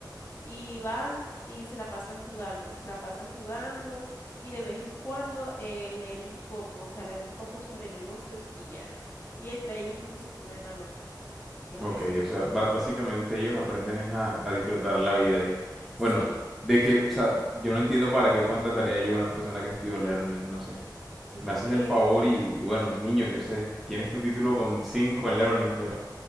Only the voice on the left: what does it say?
Y van y se la pasan jugando, se la pasan jugando y de vez en cuando eh, leen un poco, o sea, leen un poco sobre negocios y ya. Y entre ellos mismos se ponen la nota. Ya,
eso es
todo.
Sí,
yo
también.